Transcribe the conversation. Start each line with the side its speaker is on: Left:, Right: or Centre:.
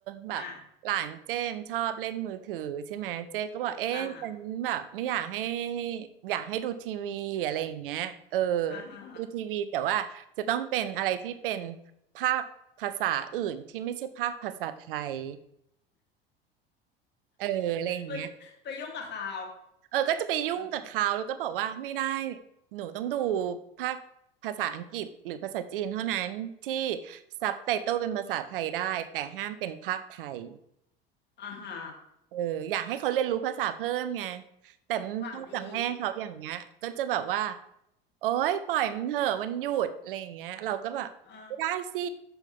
Right: แบบหลานเจมชอบเล่นมือถือใช่ไหมเจนก็บอกเอ๊ะฉันแบบไม่อยากให้ให้อยากให้ดูทีวีอะไรอย่างเงี้ยเออ
Left: อ่ะอ่าฮะอ่าฮะ
Right: ดูทีวีแต่ว่าจะต้องเป็นอะไรที่เป็นภาคภาษาอื่นที่ไม่ใช่ภาคภาษาไทย เอออะไรอย่างเงี้ย
Left: ไปไปยุ่งกับเขา
Right: เออก็จะไปยุ่งกับเขาแล้วก็บอกว่าไม่ได้
Left: อืม
Right: หนูต้องดูภาคภาษาอังกฤษหรือภาษาจีนเท่านั้นที่ซับไตเติลเป็นภาษาไทยได้แต่ห้ามเป็นภาคไทย
Left: อ่าฮะ
Right: เอออยากให้เขาเรียนรู้ภาษาเพิ่มไงแต่พ่อกับแม่เขาอย่างเงี้ยก็จะแบบว่า
Left: หวังดี
Right: โอ๊ยปล่อยมันเถอะมันหยุดอะไรอย่างเงี้ยเราก็แบบไม่ได้สิ
Left: อ่า